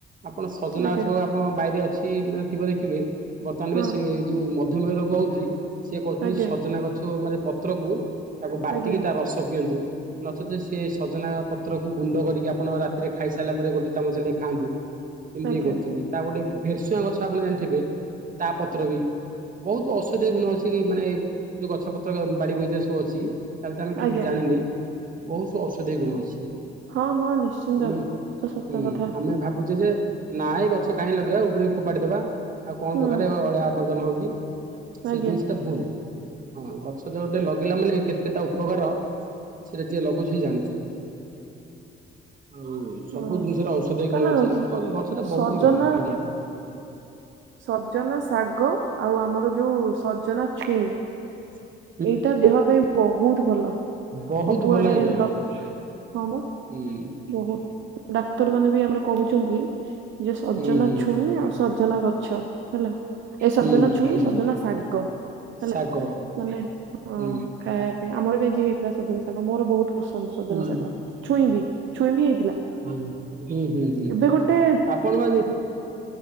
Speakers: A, on the right (about 45°); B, on the right (about 75°).
A: ଆପଣ ସଜନାର
B: ଆଜ୍ଞା।
A: ଗଛ ଆପଣ ବାଇରେ ଅଛି। ତି ମାନେ ଥିବ ଦେଖିବେ ବର୍ତ୍ତମାନରେ
B: ହଁ
A: ସେ ଯୋଉ ମଧୁମେହ ରୋଗ ହଉଚି ସିଏ କହୁଚନ୍ତି
B: ଆଜ୍ଞା
A: ସଜନା ଗଛ ମାନେ ପତ୍ରକୁ ତାକୁ ବାଟିକି
B: ଆଜ୍ଞା
A: ତା ରସ ପିଅନ୍ତୁ‌। ନଚେତ୍ ସେ ସଜନା ପତ୍ରକୁ ଗୁଣ୍ଡ କରିକି ଆପଣ ରାତିରେ ଖାଇସାରିଲା ପରେ ଗୋଟେ ଚାମଚ ହେଲେ ଖାଆନ୍ତୁ। ଏମିତି
B: ଆଜ୍ଞା।
A: ଇଏ କରୁଚନ୍ତି। ତା ଗୋଟେ ଭେରସୁଆଁ ଗଛ ଆପଣ ଜାଣିଥିବେ ତା ପତ୍ର ବି ବହୁତ୍ ଔଷଧୀୟ ଗୁଣ ଅଛି କି ମାନେ ଯୋଉ ଗଛ ପତ୍ର ବାଡି ବଗିଚାରେରେ ସବୁ ଅଛି ତା ଭିତରେ ଆମେ କିଛି
B: ଆଜ୍ଞା।
A: ଜାଣିନେ। ବୋହୁତ ଔଷଧିୟ ଗୁଣ ଅଛି।
B: ହଁ ହଁ ନିଶ୍ଚିନ୍ତ
A: ଆମେ
B: ତ ସତ
A: ଉଁ
B: କଥା
A: ଆମେ ଭାବୁଚେ ଯେ ନାଇଁ ଗଛ କାଇଁ ଲଗେଇ ଆଉ ଉପାଡିକି ଫୋପାଡି ଦବା। ଆଉ କଣ
B: ହୁଁ
A: ଦରକାର ଅଳିଆ ଆବର୍ଜନ ହଉଚି। ସେ
B: ଆଜ୍ଞା
A: ଜିନିଷ ଟା ଭୁଲ। ହଁ, ଗଛ ତ ଗୋଟେ ଲଗେଇାଲା ମାନେ କେତେଟା ଉପକାର ସେରା ଯିଏ ଲାଗଉଚି ସିଏ ଜାଣିଚି। ହଁ
B: ହଁ।
A: ସବୁ ଜିନିଷରେ ଔଷଧୀୟ
B: କାରଣ
A: ଗୁଣ ଅଛି। ଗ-ଗଛଟା ବହୁତ୍
B: ସଜନା
A: ହି ଭଲ ଆଜ୍ଞା।
B: ସଜନା ଶାଗ ଆଉ ଆମର ଯୋଉ ସଜନା ଛୁଇଁ
A: ଆଚ୍ଛା।
B: ଏଇଟା ଦେହ ପାଇଁ ବହୁତ୍ ଭଲ।
A: ବହୁତ
B: ସବୁ ସାଡେ
A: ଭଲ ଆଜ୍ଞା
B: ଡକ୍ ହଁ ପା
A: ହୁଁ
B: ବହୁତ୍ ଡାକ୍ତର ମାନେ ବି ଆମର କହୁଚନ୍ତି। ଯେ ସଜନା
A: ହୁଁ ହୁଁ
B: ଛୁଇଁ ଆଉ ସଜନା ଗଛ ହେଲା। ଏ ସଜନା
A: ହୁଁ
B: ଛୁଇ
A: ହୁଁ
B: ସଜନା ଶାଗ ହେଲା।
A: ଶାଗ
B: ହେଁ ହଁ
A: ହୁଁ
B: ଖାଇବା ପାଇଁ ଆମର ବି ଆଜି ହେଇଥିଲା ସଜନା ଶାଗ। ମୋର ବହୁତ୍ ସ ସଜନ
A: ହୁଁ
B: ଶାଗ ଛୁଇଁବି ଛୁଇଁବି ହେଇଥିଲା।
A: ହଁ ହୁଁ ହୁଁ ହୁଁ
B: ଏବେ ଗୋଟେ
A: ଆପଣ ବା ହୁଁ